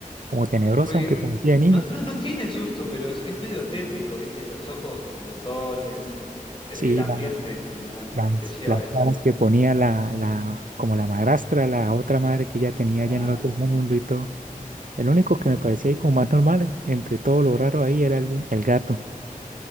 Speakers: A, on the right (about 70°); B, on the left (about 35°).
A: como tenebrosa,
B: Porque
A: aunque parecía de niños.
B: no, no, no tiene susto, pero es, es medio tétrico, ¿viste? Los ojos con botones, eh,
A: Sí,
B: el ambiente
A: la-
B: en general
A: las,
B: te lleva
A: las
B: a eso.
A: caras que ponía la, la, como la madrastra, la otra madre que ella tenía
B: Claro.
A: allá en el otro mundo y todo. El único que me parecía ahí como más normal, entre todo lo raro ahí, era el, el gato.